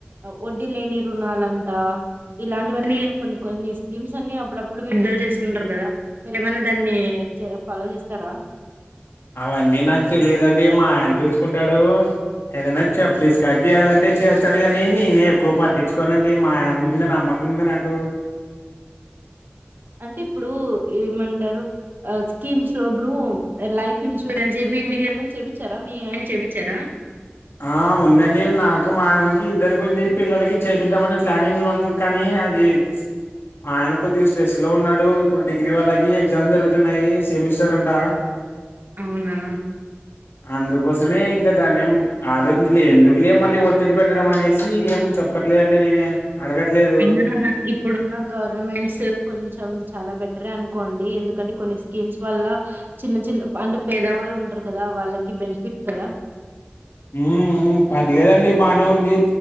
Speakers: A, on the right; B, on the left.
A: వడ్డీ లేని రుణాలంతా ఇలాంటివన్నీ కొన్ని కొన్ని స్కీమ్స్ అన్ని అప్పుడప్పుడు విడుదల చేస్తుంటారు కదా మీరేమన్నా దాన్ని ఫాలో చేస్తారా
B: అవన్నీ నాకు తెలియదండి మా ఆయన చూసుకుంటాడు ఏదైనా చెప్ డిస్కస్ చేయ్యాలంటే చేస్తాడు కాని నేనే ఎక్కువ పట్టించుకోనండి మా ఆయన మీద నమ్మకముంది నాకు
A: అంటే ఇప్పుడు ఏమంటారు స్కీమ్స్ లో ఇప్పుడు లైఫ్ ఇన్సూరెన్స్ ఇవి మీకు ఏమన్నా చెపించారా మీ ఆయన చేపించారా
B: ఆ ఉందండి నాకు మా ఆయనకి ఇద్దరికి ఉంది పిల్లలకి చేపిద్దామని ప్లానింగ్లు ఉన్నాం కానీ అది మా ఆయన కొద్దిగా స్ట్రెస్లో ఉన్నాడు ఇప్పుడు డిగ్రీ వాళ్ళకి ఎగ్జామ్ జరుగుతున్నాయి సెమిస్టర్ అంట
A: అవునా
B: అందుకోసమే ఇంకా ధనం ఆలోచించలే ఎందుకు లే మళ్ళీ ఒత్తిడి పెట్టడం అనేసి ఏం చెప్పట్లేదండి నేనే అడగట్లేదు
A: అయినా ఇప్పుడున్న గవర్నమెంట్స్ కొంచెం చాలా బెటరే అనుకోండి ఎందుకంటే కొన్ని స్కీమ్స్ వల్ల చిన్న చిన్న అంటే పేదవాళ్ళు ఉంటారు కదా వాళ్ళకి బెనిఫిట్ కదా
B: ఉ పర్లేదండి బానే ఉంది